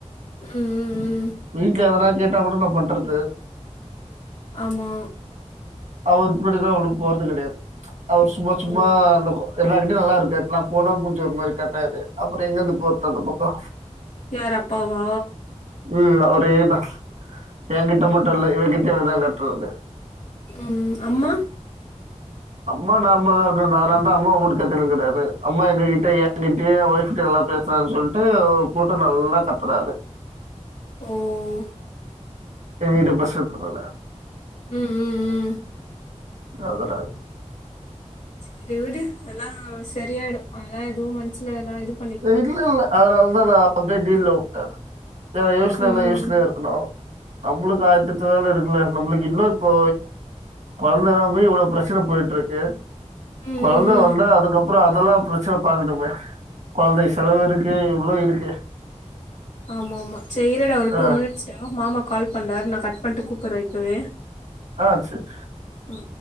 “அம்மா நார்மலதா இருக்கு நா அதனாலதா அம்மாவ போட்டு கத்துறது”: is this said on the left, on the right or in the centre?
Right